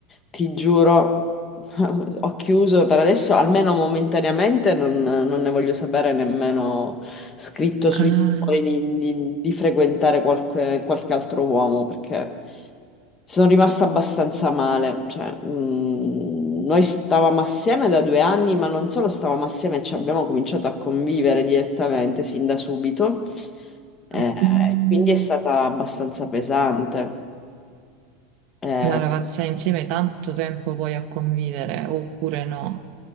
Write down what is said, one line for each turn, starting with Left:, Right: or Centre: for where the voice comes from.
Left: ti giuro. <laughs> Ho chiuso per adesso, almeno momentaneamente, non, non ne voglio sapere nemmeno scritto
Right: Ah.
Left: sui muri di, di- di frequentare qualche, qualche altro uomo perché sono rimasta abbastanza male. Cioè, mm, noi stavamo assieme da due anni, ma non solo stavamo assieme, ci abbiamo cominciato a convivere direttamente sin da subito. Eh,
Right: Mm.
Left: quindi è stata abbastanza pesante. Eh,
Right: La ragazza insieme tanto tempo poi a convivere, oppure no?